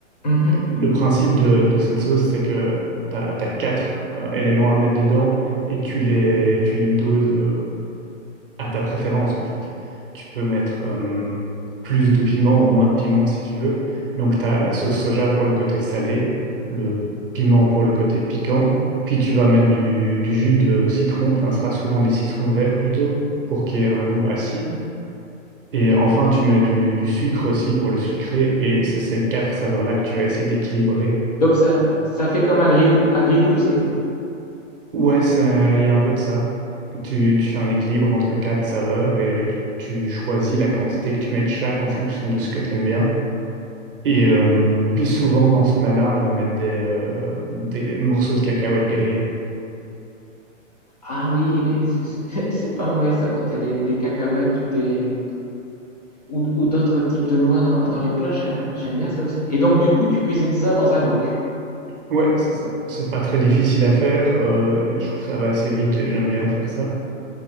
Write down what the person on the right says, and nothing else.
Le principe de, de cette sauce, c'est que tu as, quatre euh, éléments à mettre dedans et tu les, tu les doses euh, à ta préférence, en fait. Tu peux mettre euh, plus de piment ou moins de piment si tu veux. Et donc, tu as la sauce soja pour le côté salé, le piment pour le côté piquant. Puis, tu vas mettre du, du jus de citron, enfin, ce sera souvent des citrons verts plutôt, pour qu'il y ait un goût acide. Et enfin, tu mets du, du sucre aussi pour le sucré. Et c'est ces quatre saveurs-là que tu vas essayer d'équilibrer
Ouais, ça- il y a un peu de ça. Tu, tu fais un équilibre entre quatre saveurs et tu choisis la quantité que tu mets de chaque en fonction de ce que tu aimes bien. Et euh, puis souvent dans ce plat-là, on va mettre des, euh, des morceaux de cacahuètes grillées.
Ouais, c'est ça. C'est pas très difficile à faire. euh, je trouve que ça va assez vite et j'aime bien faire ça.